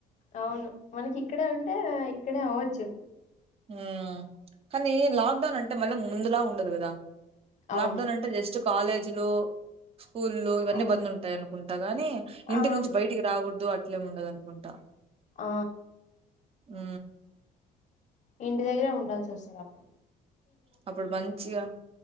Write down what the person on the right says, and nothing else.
ఉ కానీ లాక్డౌన్ అంటే మళ్ళీ ముందుల ఉండదు కదా లాక్
డౌన్ అంటే జస్ చ్చు కాలేజ్లో స్కూల్లో ఇవన్నీ
బంద్ ఉంటాయి ఉంట గాని ఇంటి
నుంచి బయటికి రాకూడదు అ ఇట్లేమ్ ఉండదనుకుంటా
ఉ
అప్పుడు మంచిగా